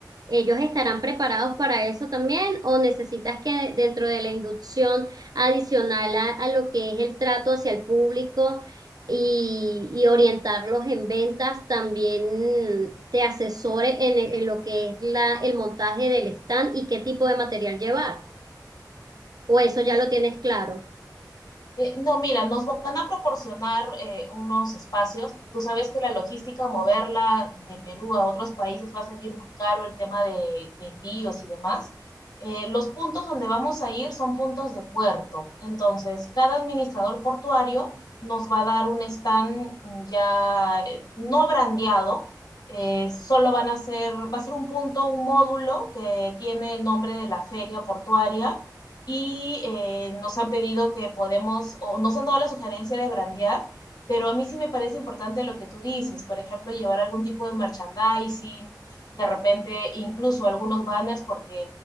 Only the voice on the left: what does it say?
Eh,
Eh, No, mira, nos van a proporcionar eh, unos espacios. Tú sabes que la logística, moverla de Perú a otros países va a salir muy caro el tema de, de envíos y demás. Eh, los puntos donde vamos a ir son puntos de puerto. Entonces, cada administrador portuario nos va a dar un stand ya eh, no brandeado. eh, solo van a ser, va a ser un punto, un módulo que tiene el nombre de la feria portuaria y eh, nos han pedido que podemos, o nos han dado la sugerencia de brandear, pero a mí sí me parece importante lo que tú dices, por ejemplo, llevar algún tipo de merchandising, de repente incluso algunos banners, porque